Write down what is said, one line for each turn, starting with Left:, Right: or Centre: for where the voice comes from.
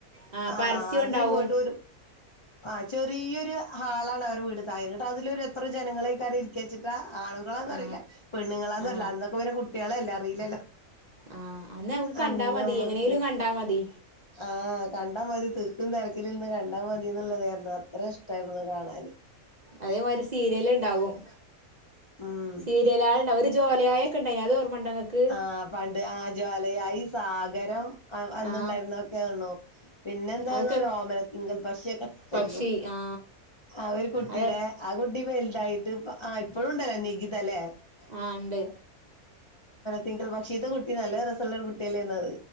Right: ആ
Left: ആഹ്
Right: പരസ്യോണ്ടാകു
Left: അതിന് പോയിട്ട് ഒരു ആ ചെറിയൊരു ഹാളാണ് അവർ വീടത്തായി <unintelligible> ങ്ങട്ട് അതിലൊര് എത്ര ജനങ്ങള് എയ്കാരം ഇരിക്ക വെച്ചിട്ട ആണുങ്ങളാന്നറിയില്ല
Right: ആ
Left: പെണ്ണുങ്ങളാന്നറയില്ല
Right: ആ
Left: അന്നൊക്കെ വരെ കുട്ടികളല്ലേ അറിയില്ലല്ലോ
Right: ആഹ അന്ന് നമുക്ക് കണ്ടാ
Left: അന്ന്
Right: മതി
Left: നമ്മക്ക്
Right: എങ്ങനെങ്കിലും കണ്ടാ മതി
Left: ആഹ് കണ്ടാ മതി തിക്കും തിരക്കിലന്ന് കണ്ടാ മതി എന്നുള്ളതായിരുന്നു അത്ര ഇഷ്ടായിരുന്നു കാണാൻ <unintelligible>
Right: അതേമാരി സീരിയൽ ഉണ്ടകും
Left: ഉം
Right: സീരിയല <unintelligible> ജോല ആയക്കണ്ടായി അത് ഓർമ്മ ഉണ്ടോ നിങ്ങൾക്ക്
Left: ആഹ പണ്ട് ആ ജ്വാലയായി സാഗരം വന്നണ്ടായിരുന്നൊക്കെ
Right: ആ
Left: ആണു പിന്നെ എന്തായിരുന്നു
Right: അതൊക്കെ
Left: ഓമനത്തിങ്കൽ പക്ഷിയൊക്കെ ഉണ്ടായിരുന്നു
Right: പക്ഷി ആ
Left: ആ ഒരു കുട്ടിയുടെ
Right: അതെ
Left: ആ കുട്ടി വലുതായിട്ട് ആ ഇപ്പഴും ഉണ്ടല്ലോ നികുത അല്ലേ
Right: ആ ഉണ്ട്
Left: തിങ്കൽ പക്ഷീ ഇത്തെ കുട്ടി നല്ല രസമുള്ളൊരു കുട്ടിയല്ലേത്